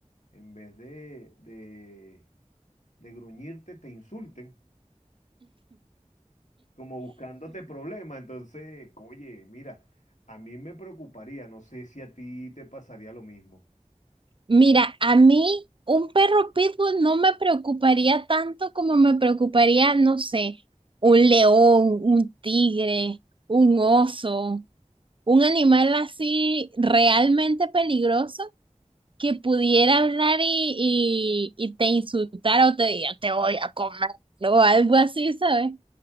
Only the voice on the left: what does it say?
en vez de, de, de gruñirte, te insulten, como buscándote problemas, entonces, oye, mira, a mí me preocuparía, no sé si a ti te pasaría lo mismo.